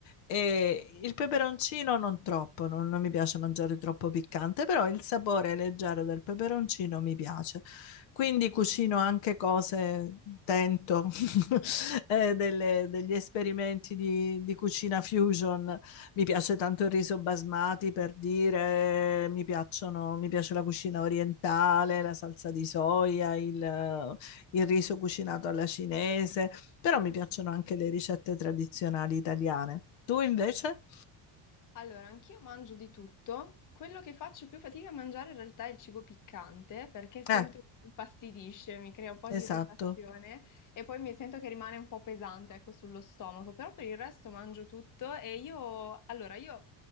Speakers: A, on the left; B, on the left.
A: E il peperoncino non troppo, non, non mi piace mangiare troppo piccante, però il sapore leggero del peperoncino mi piace. Quindi cucino anche cose, tento <laughs> eh, delle- degli esperimenti di, di cucina fusion mi piace tanto il riso basmati per dire, mi piacciono, mi piace la cucina orientale, la salsa di soia, il, il riso cucinato alla cinese, però mi piacciono anche le ricette tradizionali italiane. Tu invece?
B: Allora, anch'io mangio di tutto. Quello che faccio più fatica a mangiare in realtà è il cibo piccante perché sento
A: Eh,
B: che mi infastidisce, mi crea un po'
A: esatto,
B: di irritazione e poi mi sento che rimane un po' pesante, ecco, sullo stomaco. Però per il resto mangio tutto e io, allora, io